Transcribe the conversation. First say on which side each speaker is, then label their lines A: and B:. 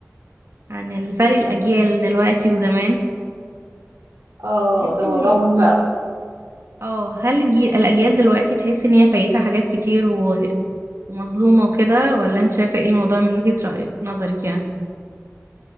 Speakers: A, on the right (about 60°); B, on the right (about 85°).
A: عن الفرق الأجيال دلوقتي وزمان
B: اه
A: تحسي
B: ده
A: ان
B: موضوع مهم اوي
A: اه هل الجي- الأجيال دلوقتي تحسي ان هي فايتها حاجات كتير و- ومظلومة وكده ولا انت شايفة ايه الموضوع من وجهة رأي نظرك يعني